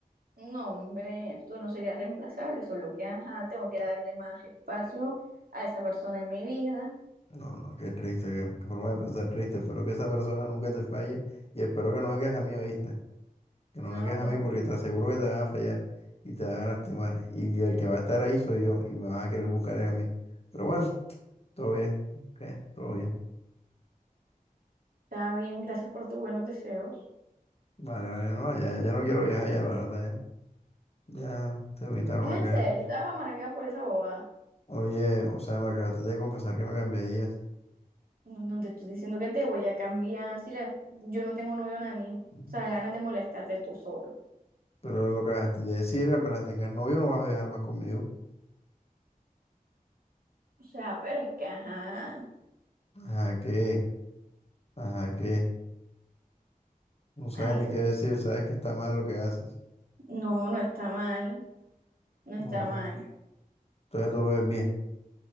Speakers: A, on the right; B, on the left.
A: No, hombre, tú no serías reemplazable, solo que, ajá, tengo que darle más espacio a esa persona en mi vida.
B: No, no, qué triste, qué, qué forma de pensar triste. Espero que esa persona nunca te falle y espero que no vengas a mí, ¿oíste? Que no
A: Ah,
B: vengas
A: bueno,
B: a mí porque te aseguro que te van a fallar y te van a lastimar. Y el que va a estar ahí soy yo y me vas a querer buscar es a mí. Pero bueno, todo bien. ok, todo bien.
A: está bien, gracias por tus buenos deseos.
B: Vale, vale, no, ya, ya no quiero viajar ya, la verdad, ya. Ya te evitaron
A: Es
B: la
A: en
B: cara.
A: serio, te vas a amargar por esa bobada.
B: Oye, o sea, me acabaste de confesar que me cambiarías.
A: No, no te estoy diciendo que te voy a cambiar si la- yo no tengo novio ahora mismo.
B: Ujú.
A: O sea, ganas de molestarte tú solo.
B: Pero lo que acabaste de decir, que apenas tengas novio no vas a viajar más conmigo.
A: O sea, pero es que, ajá.
B: Ajá, ¿qué? Ajá, ¿qué? No sabes
A: Ay,
B: ni
A: se-
B: qué decir, sabes que está mal lo que haces.
A: no, no está mal. No está
B: No,
A: mal.
B: entonces tú lo ves bien.